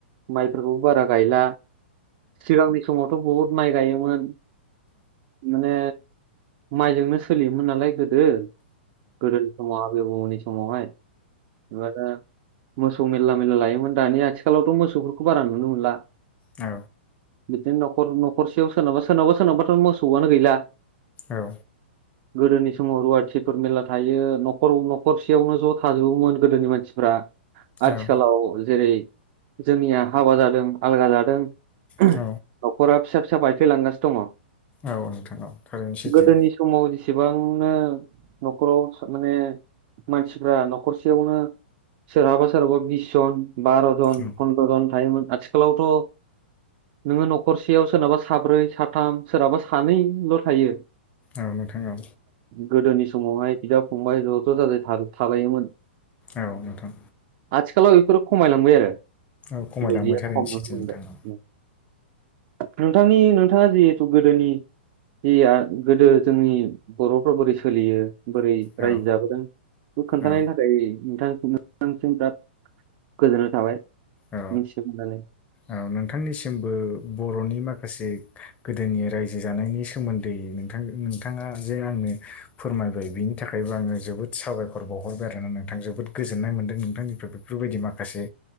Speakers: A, on the right (about 45°); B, on the left (about 20°).
A: माइफोरखौबो बारा गायला सिगांनि समावथ' बहुद माइ गायोमोन। माने माइजोंनो सोलियोमोन नालाय गोदो गोदोनि समाव आबै आबौमोननि समावहाय जेनबा दा मोसौ मेरला-मेरला लायोमोन दानि आथिखालावथ' मोसौफोरखौ बारा नुनो मोनला।
B: औ।
A: बिदिनो न'खर न'खरसेयाव सोरनाबा-सोरनाबा सोरनावाबाथ' मोसौआनो गैला।
B: औ।
A: गोदोनि समाव रुवाथिफोर मेरला थायो न'खर न'खरसेयावनो ज' थाजोबोमोन गोदोनि मानसिफ्रा। आथिखालाव
B: औ
A: जेरै जोंनिया हाबा जादों आलगा जादों।
B: औ
A: न'खरा फिसा-फिसा बायफ्लेलांगासिनो दङ।
B: औ नोंथा औ। थारैनो सैथो
A: गोदोनि समाव एसेबांनो न'खराव सा माने मानसिफ्रा न'खरसेयावनो सोरहाबा-सोरहाबा बिस जन बार'जन
B: उम,
A: फन्द्र'जन थायोमोन। आथिखालावथ' नोङो न'खरसेयाव सोरनाबा साब्रै साथाम सोरनाबा सानै ल' थायो।
B: औ नोंथां औ।
A: गोदोनि समावहाय बिदा फंबाय ज'-ज' जाजाय था थाबायोमोन।
B: औ नोंथां
A: आथिखा खालाव बेफोरो खमायलांबाय आरो
B: औ खमायलांबाय
A: गैलिया
B: थारैनो
A: खम
B: सैथो
A: नुनो मोनबाय।
B: नोंथां औ
A: ओम नोंथांनि नोंथाङा जिहेथु गोदोनि जि गोदो जोंनि बर'फ्रा बोरै सोलियो बोरै
B: औ
A: रायजो जाबोदों बेखौ खोन्थानायनि
B: औ
A: थाखाय नोंथां नोंथांनिसिम बिराद गोजोननाय थाबाय।
B: औ
A: मिथिनो मोननानै
B: औ नोंथांनिसिमबो बर'नि माख से गोदोनि रायजो जानायनि सोमोन्दै नोंथां नोंथाङा जे आंनो फोरमाय <unintelligible> बिनि थाखायबो आङो जोबोद साबायखर बावहरबाय आरो ना नोंथां जोबोद गोजोननाय मोनदों नोंथांनिफ्राय बेफोरबायदि माखासे